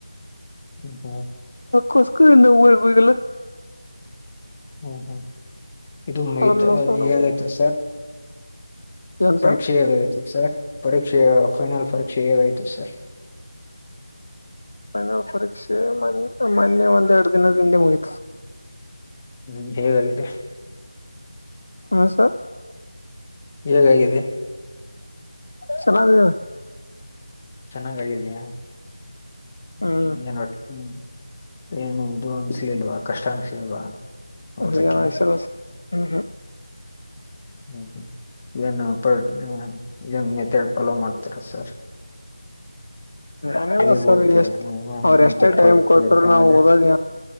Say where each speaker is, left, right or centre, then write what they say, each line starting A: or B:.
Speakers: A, on the left (about 25°); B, on the left (about 65°).
A: ಹ್ಮ್ <inaudible>
B: ಕಸ್ಕೋ ಇಂದ ಊರಿಗೆ ಹೋಗಿಲ್ಲ
A: ಹ್ಮ್ ಹ್ಮ್ ಇದು ಮುಗಿತ
B: ಅದನ್ ಮುಗ್ಸ್ಕೊಂಡ್
A: ಇನ್ಯಾವುದು
B: ಹೋಗೋಣ
A: ಇತೇ ಸರ್
B: ಏನ್
A: ಪರೀಕ್ಷೆ
B: ಸರ್
A: ಹೇಗಾಯಿತು ಸರ್ ಪರೀ ಮತ್ತೆ ಫೈನಲ್ ಪರೀಕ್ಷೆ ಹೇಗಾಯ್ತು ಸರ್
B: ಫೈನಲ್ ಪರೀಕ್ಷೆ ಮಾನ ಮೊನ್ನೆ ಒಂದೆರಡು ದಿನದ ಹಿಂದೆ ಮುಗಿತ್
A: ಹ್ಮ್ ಹೇಗಾಗಿದೆ
B: ಹಾ ಸರ್
A: ಹೇಗಾಗಿದೆ.
B: ಚೆನ್ನಾಗಿದ್ದಾವೆ.
A: ಚೆನ್ನಾಗ ಆಗಿದೆಯಾ. <unintelligible> <unintelligible>
B: ಹ್ಮ್
A: ಒಟ್ಟಿ ಹ್ಮ ಏನು ಇದು ಅನ್ಸ್ಲಿಲ್ವಾ ಕಷ್ಟ ಅನ್ಸ್ಲಿಲ್ವಾ
B: ಅದು
A: ಓದಕ್ಕೆ
B: ಏನು ಸರ <unintelligible> ಹಾ ಹಾ <inaudible>
A: ಹ್ಮ ಏನು ಪಡ್ ಏನ್ <unintelligible> ಪಲೋ ಮಾಡ್ತರ ಸರ್
B: ಹಂಗಲ್ಲ
A: ಹೇಗ್
B: ಸರ್
A: ಓದ್ತೀರ
B: ಎಷ್ಟ್
A: ನೀವು
B: ಅವ್ರ <unintelligible>
A: ನೆನ್ಪಿಟ್ಕೊಳಕ್ಕೆ
B: ಎಷ್ಟೇ ಟೈಮ್ ಕೊಟ್ರು
A: ಎಕ್ಸಾಮ್
B: ನಾವು
A: ಅಲ್ಲಿ
B: ಓದಗ